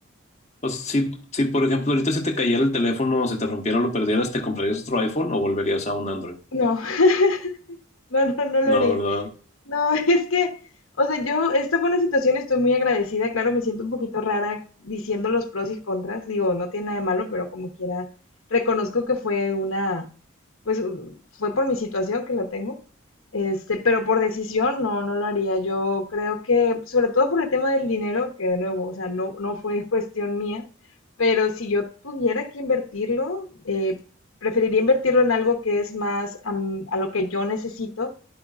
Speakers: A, on the left; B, on the left.
A: O sea, si, si por ejemplo ahorita se te cayera el teléfono o se te rompiera o lo perdieras, ¿te comprarías otro iPhone o volverías a un Android?
B: No, <laughs> no, no, no lo
A: No,
B: haría.
A: ¿verdad?
B: No, <laughs> es que, o sea, yo, esta fue una situación, estoy muy agradecida, claro, me siento un poquito rara diciendo los pros y contras, digo, no tiene nada de malo, pero como quiera, reconozco que fue una, pues u- fue por mi situación que la tengo, este, pero por decisión no, no lo haría, yo creo que, sobre todo por el tema del dinero, que de nuevo, o sea, no, no fue cuestión mía, pero si yo tuviera que invertirlo, eh, preferiría invertirlo en algo que es más am- a lo que yo necesito